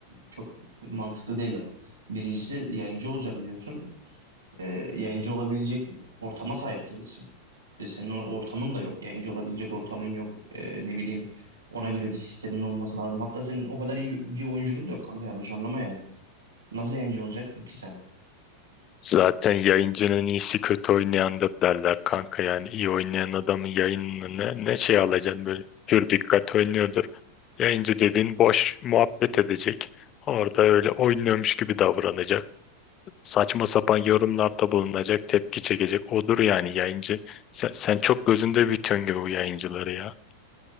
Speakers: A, on the right; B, on the left.
A: çok mantıklı değil o. Birincisi yayıncı olacağım diyorsun. e, yayıncı olabilecek ortama sahip değilsin. Ve senin o ortamın da yok. Yayıncı olabilecek ortamın yok. E, ne bileyim ona göre bir sistemin olması lazım. Hatta senin o kadar iyi bir bir oyunculuğun da yok kanka yanlış anlama yani. Nasıl yayıncı olacak ki sen?
B: Zaten yayıncının iyisi kötü oynayandır derler kanka yani iyi oynayan adamın yayınını ne, ne şey alacaksın böyle pür dikkat oynuyordur. Yayıncı dediğin boş muhabbet edecek. Orada öyle oynuyormuş gibi davranacak. Saçma sapan yorumlarda bulunacak, tepki çekecek. Odur yani yayıncı. Sen, sen çok gözünde büyütüyorsun gibi bu yayıncıları ya.